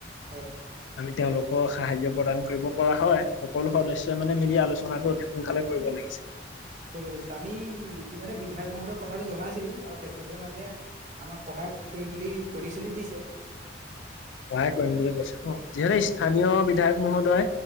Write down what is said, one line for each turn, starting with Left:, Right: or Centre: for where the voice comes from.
Right: হয়।
Left: আমি তেওঁলোকক সাহায্য প্ৰদান কৰিব। কৰা হয়, সকলো সদস্যই মানে মিলি আলোচনাটো অতি সোনকালে কৰিব লাগিছে।
Right: <unintelligible> আমি ইতিমধ্যে বিধায়ক মহোদয়ক কথাটো জনাইছিলো, আৰু তেখেতে মানে আমাক সহায় কৰিম বুলি প্ৰতিশ্ৰুতি দিছে।
Left: সহায় কৰিম বুলি কৈছে ন, যিহেতু স্থানীয় বিধায়ক মহোদয়